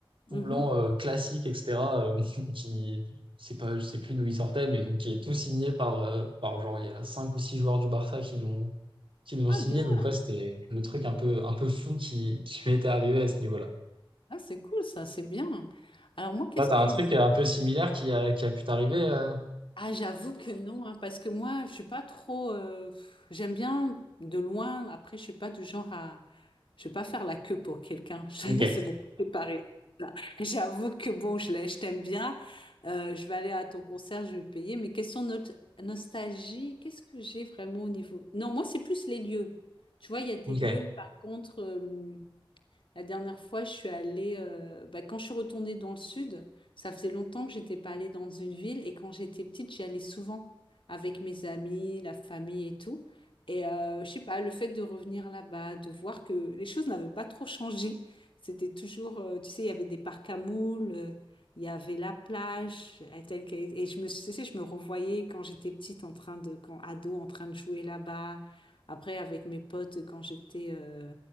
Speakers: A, on the left; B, on the right.
A: Mhm.
B: tout blanc euh, classique, etc. euh, <laughs> qui, c'est pas, je sais plus d'où il sortait, mais donc qui est tout signé par, euh, par genre il y a cinq ou six joueurs du Barça qui l'ont, qui l'ont
A: Ah,
B: signé.
A: bien.
B: Donc ouais, c'était le truc un peu, un peu fou qui, qui <laughs> m'était arrivé à ce niveau-là.
A: Ah, c'est cool ça, c'est bien. Alors moi, qu'est-ce
B: Toi, t'as
A: qu'il
B: un
A: y
B: truc
A: a eu
B: euh, un peu similaire qui a, qui a pu t'arriver. euh
A: Ah, j'avoue que non, hein, parce que moi, je suis pas trop. euh, pff, j'aime bien de loin. Après, je suis pas du genre à. Je vais pas faire la queue pour quelqu'un. <laughs> Je-
B: Ok,
A: C'est beaucoup séparé. J'avoue que bon, je l'ai- je t'aime bien. Euh, je vais aller à ton concert, je vais payer. Mais question not- nostalgie, qu'est-ce que j'ai vraiment au niveau? Non, moi, c'est plus les lieux. Tu vois, il y a des
B: ok,
A: lieux, par contre. euh, la dernière fois, je suis allée, euh, bah, quand je suis retournée dans le sud, ça faisait longtemps que j'étais pas allée dans une ville et quand j'étais petite, j'y allais souvent avec mes amis, la famille et tout. Et euh, je sais pas, le fait de revenir là-bas, de voir que les choses n'avaient pas trop changé, c'était toujours, euh, tu sais, il y avait des parcs à moules, euh, il y avait la plage, euh, telle qu'elle- et je me, suis- tu sais, je me revoyais quand j'étais petite en train de, quand ado, en train de jouer là-bas. Après, avec mes potes, quand j'étais euh,